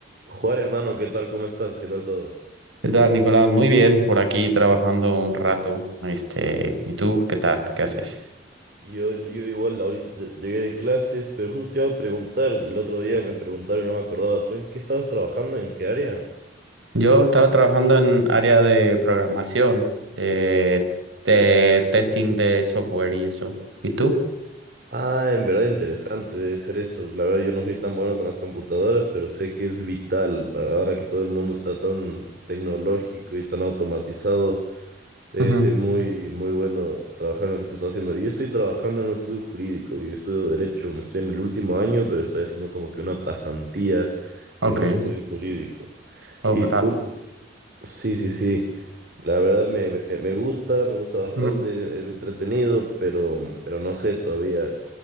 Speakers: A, on the right; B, on the right.
A: Juan, hermano, ¿qué tal? ¿Cómo estás? ¿Qué tal todo?
B: ¿Qué tal, Nicolás? Muy bien, por aquí trabajando un rato. Este, ¿y tú qué tal? ¿Qué haces?
A: Yo, yo igual, ahorita lle- llegué de clases, pero justo te iba a preguntar, el otro día me preguntaron, no me acordaba, ¿tú en qué estabas trabajando? ¿En qué área?
B: Yo estaba trabajando en área de programación, de, de testing de software y eso. ¿Y tú?
A: Ah, en verdad interesante debe ser eso. La verdad yo no soy tan bueno con las computadoras, pero sé que es vital para ahora que todo el mundo está tan tecnológico y tan automatizado. Debe
B: Ujú,
A: ser muy, muy bueno trabajar en lo que tú estás haciendo. Yo estoy trabajando en un estudio jurídico, yo estudio derecho, me estoy en el último año, pero estoy haciendo como que una pasantía
B: Ok.
A: en un estudio jurídico.
B: Oh,
A: Y
B: ¿qué tal?
A: un, sí, sí, sí, la verdad me, me, me gusta, me gusta bastante,
B: Ujú,
A: es entretenido, pero, pero no sé todavía